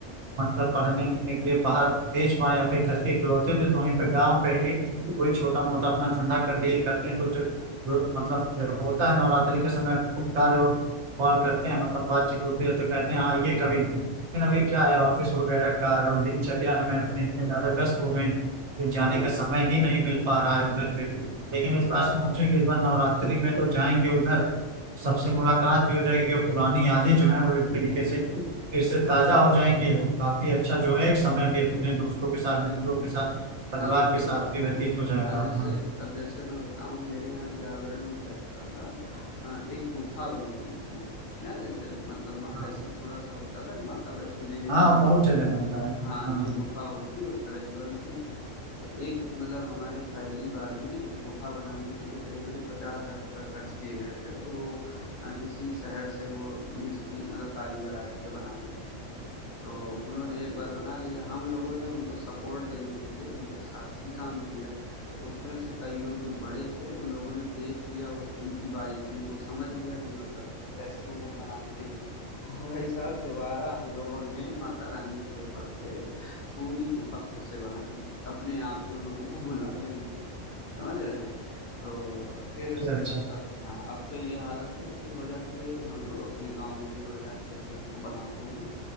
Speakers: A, on the right; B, on the left.
A: मतलब पढ़ने लिखने के लिए बाहर भेज पाए या फिर घर के इकलौते थे तो वहीं पे गाँव पे ही कोई छोटा मोटा अपना धंधा कर लिए करते हैं तो, तो तो मतलब होता है नवरात्रि के समय खूब कार्य कॉल करते हैं मतलब बातचीत होती है तो कहते हैं आइए कभी लेकिन अभी क्या है ऑफिस वगैरह का और दिनचर्या में अपने इतने ज्यादा व्यस्त हो गए हैं, कि जाने
B: हुँ,
A: का समय ही नहीं मिल पा रहा है उधर पे लेकिन इस बार सोचे कि इस बार नवरात्रि में तो जाएंगे उधर तो सबसे मुलाकात भी हो जाएगी और पुरानी यादें जो है वो एक तरीके से फिर से ताजा हो जाएंगी और काफी अच्छा जो है एक समय भी अपने दोस्तों के साथ
B: बिल्कुल।
A: मित्रों के साथ परिवार
B: अब अ,
A: के साथ भी
B: हाँ,
A: व्यतीत हो जाएगा
B: अब जैसे
A: हाँ
B: अब जैसे मैं बताऊँ मेरे यहाँ जागरण में क्या होता था अ, एक गुफ़ा बनती थी। है ना? जैसे मतलब म
A: हाँ
B: ऐसे थोड़ा-सा होता था कि माता वैष्णो देवी
A: हाँ,
B: में जो
A: बहुत
B: गुफ़ा
A: जगह बनता है
B: हाँ,
A: हाँ
B: जो गुफा होती है उस तरह की बनती थी। तो एक मतलब हमारे यहाँ पहली बार में गुफा बनाने के लिए करीब करीब पचास हजार रुपये खर्च किए गए थे। तो वो अ, किसी शहर से वो मिस्त्री मतलब कारीगर आए थे बनाने। तो उन्होंने एक बार बना लिया हम लोगों ने उनको सपोर्ट देने के लिए उनके साथ ही काम किया तो उसमें से कई लोग जो बड़े थे उन लोगों ने देख लिया उस उनकी बारीकियों को समझ लिया कि मतलब जो है कैसे वो लोग बनाते हैं भाई साहब दोबारा हम लोगों ने माता रानी की कृपा से पूरी गुफा फिर से बना ली अपने आप ही उन लोगों को बुलाए नहीं समझ रहे हैं तो फिर
A: अच्छा
B: उसके
A: अच्छा
B: बाद अब हाँ अब तो ये हालत है कि हो जाती है कि हम लोग अपने गांव में ही बढ़िया अच्छे से उसको बनाते हैं